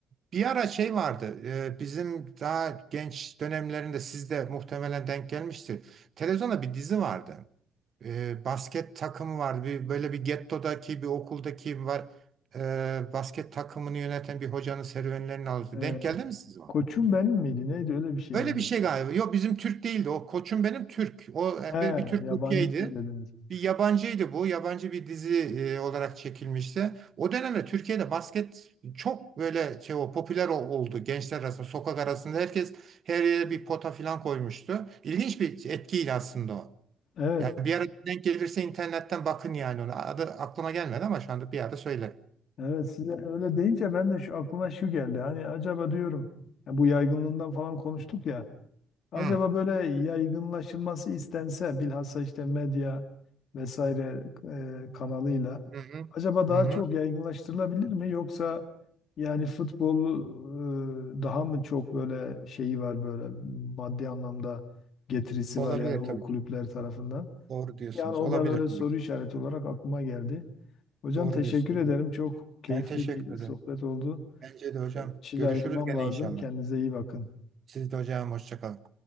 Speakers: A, on the right; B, on the left.
A: Bir ara şey vardı. e, bizim daha genç dönemlerinde siz de muhtemelen denk gelmiştir. Televizyonda bir dizi vardı. E, basket takımı vardı. Bir, böyle bir gettodaki bir okuldaki var, e, basket takımını yöneten bir hocanın serüvenlerini alıyordu.
B: E,
A: Denk geldi mi siz
B: koçum benim miydi? Neydi öyle bir şey
A: Öyle
B: miydi?
A: bir şey galiba. Yok bizim Türk değildi. O koçum benim Türk. O e,
B: He,
A: bir, bir Türk
B: yabancı
A: kopyaydı.
B: siz dediniz.
A: Bir yabancıydı bu. Yabancı bir dizi e, olarak çekilmişti. O dönemde Türkiye'de basket çok böyle şey o popüler o- oldu. Gençler arasında, sokak arasında herkes her yere bir pota falan koymuştu. İlginç bir etkiydi aslında o.
B: Evet.
A: Yani bir ara denk gelirse internetten bakın yani ona. Adı aklıma gelmedi ama şu anda bir yerde söylerim.
B: Evet size öyle deyince ben de şu aklıma şu geldi. Hani acaba diyorum ya bu yaygınlığından falan konuştuk ya. Acaba
A: Hı.
B: böyle yaygınlaşılması istense bilhassa işte medya vesaire e, kanalıyla
A: Hı hı.
B: acaba daha
A: Hı hı.
B: çok yaygınlaştırılabilir mi yoksa yani futbol e, daha mı çok böyle şeyi var böyle maddi anlamda getirisi
A: Olabilir
B: var yani o
A: tabii
B: kulüpler
A: ki.
B: tarafından.
A: Doğru diyorsunuz.
B: Yani o
A: Olabilir
B: da böyle
A: tabii
B: soru
A: ki.
B: işareti olarak aklıma geldi. Hocam
A: Doğru
B: teşekkür
A: diyorsunuz.
B: ederim. Çok keyifli
A: Ben teşekkür
B: bir
A: ederim.
B: sohbet oldu.
A: Bence de hocam.
B: Evet, Şimdi
A: Görüşürüz
B: ayrılmam
A: gene
B: lazım.
A: inşallah.
B: Kendinize iyi bakın.
A: Siz de hocam hoşça kalın.